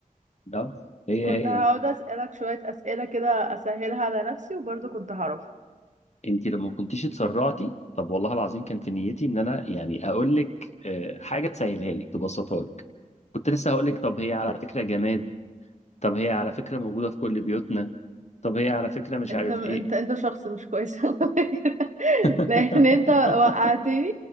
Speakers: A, on the left; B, on the right.
A: ده هي
B: كنت
A: هي
B: هقعد اسألك شوية اسئلة كده اسهلها على نفسي وبرضه كنت هعرفها
A: انت لما كنتيش اتسرعتي طب والله العظيم كان في نيتي ان انا يعني اقول لك آه، حاجه تسهلها لك تبسطها لك كنت لسه هقول لك طب هي على فكره جماد طب هي على فكرة موجودة في كل بيوتنا طب هي على فكرة مش
B: انت
A: عارف
B: انت
A: ايه
B: انت شخص مش كويس على فكرة. <laughs>
A: <laughs>
B: لان انت وقعتني